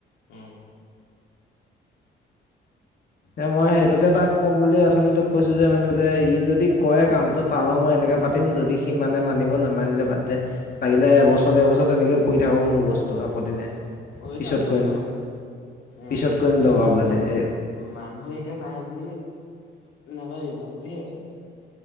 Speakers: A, on the left (about 85°); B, on the left (about 50°).
A: উম।
B: এ মই সেইটোকে তাক ক'ম বুলি অথনিটোক কৈছো যে মানে যে ই যদি কৰে কামটো তালৈ মই এনেকে পাতিম যদি সি মানে মানিব নামানিলে বাদ দে লাগিলে এবছৰ ডেৰ বছৰ তেনেকে পৰি থাকক মোৰ বস্তু আপত্তি নাই।
A: কৰি
B: পিছত
A: থাওক কৰি
B: কৰিম
A: থাকক, উম
B: পিছত কৰিম দৰকাৰ
A: এইটো মানুহ
B: পৰিলে এ
A: মানুহেই এতিয়া নাই বুলি নেভাবিবি মানুহ ধেৰ আছে।